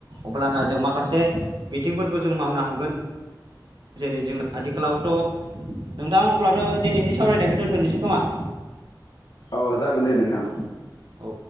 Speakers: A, on the right; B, on the left.
A: अब्लाना जों माखासे बिथिंफोरखौ जों मावनो हागोन। जेरै जों आथिखालावथ' नोंथां अब्लाथ' दिनैनि सावरायनायखौ दोनथ'नोसै खोमा।
B: औ जागोन दे नोंथां।
A: औ।